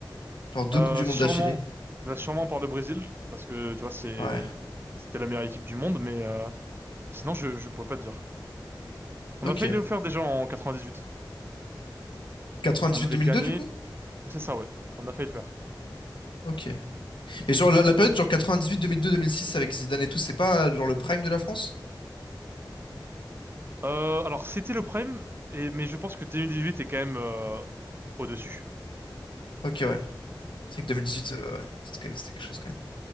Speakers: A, on the left; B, on the right.
A: Genre deux
B: Euh,
A: Coupes du Monde
B: sûrement,
A: d'affilée.
B: je vais sûrement par le Brésil parce que tu vois c'est
A: Ouais.
B: c'était la meilleure équipe du monde, mais euh, Sinon, je, je pourrais pas te dire. On
A: Ok.
B: a failli le faire déjà en 98.
A: 98-2002,
B: On avait gagné.
A: du coup?
B: C'est ça, ouais. On a failli le faire.
A: Ok. Mais genre, la, la période, genre 98-2002-2006 avec Zidane et tout, c'est pas euh, genre le prime de la France?
B: Euh, alors, c'était le prime, et, mais je pense que 2018 est quand même euh, au-dessus.
A: Ok, ouais. C'est que 2018, euh, ouais. C'était c'était quelque chose quand même.